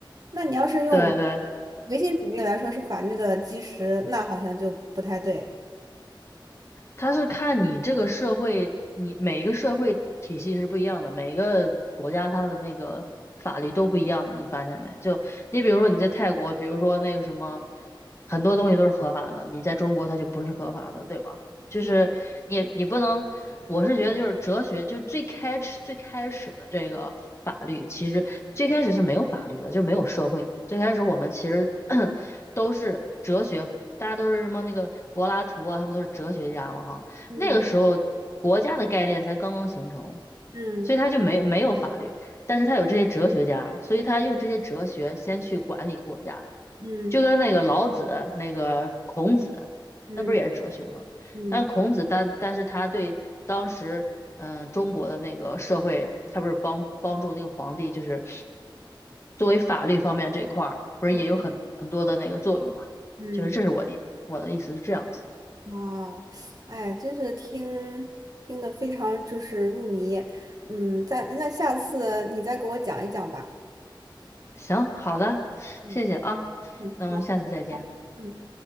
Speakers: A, on the right; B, on the left.
A: 那你要是用
B: 对对，
A: 唯心主义来说是法律的基石，那好像就不太对。
B: 它是看你这个社会，你每一个社会体系是不一样的，每个国家它的那个法律都不一样的，你发现没？就你比如说你在泰国，比如说那个什么，很多东西都是合法的，你在中国它就不是合法的，对吧？就是你你不能，
A: 嗯
B: 我是觉得就是哲学，就是最开始最开始的这个法律，其实最开始是没有法律的，就没有社会嘛。最开始我们其实 <clears throat> 都是哲学，大家都是什么那个柏拉图啊，他们都是哲学家嘛哈。
A: 嗯
B: 那个时候国家的概念才刚刚形成，
A: 嗯
B: 所以他就没没有法律，但是他有这些哲学家，所以他用这些哲学先去管理国家，
A: 嗯
B: 就跟那个老子、那个孔子，
A: 嗯
B: 那不是也是哲学吗？
A: 嗯
B: 但孔子但但是他对当时嗯、呃中国的那个社会，他不是帮帮助那个皇帝，就是作为法律方面这一块儿，不是也有很很多的那个作用嘛？
A: 嗯嗯。
B: 就是这是我的我的意思是这样子。
A: 啊，哎，真是听听得非常就是入迷，嗯，再那下次你再给我讲一讲吧。
B: 行，好的，
A: 嗯
B: 谢谢啊，
A: 嗯，
B: 那我们下次再见。
A: 好，嗯。